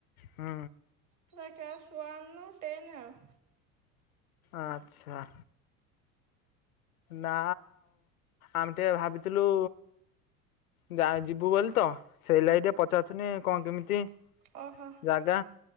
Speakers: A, on the left; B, on the right.
A: ହ।
B: ପୁରା କ୍ଲାସ୍ ୱନ୍ରୁ ଟେନ୍ ଆଉ।
A: ଆଚ୍ଛା। ନା ଆମେ ଟିକେ ଭାବିଥିଲୁ ଯା ଯିବୁ ବୋଲି ତ ସେଇ ଲାଇ ଟିକେ ପଚାରୁଥୁନି କଣ କେମିତି
B: ଓହୋ
A: ଜାଗା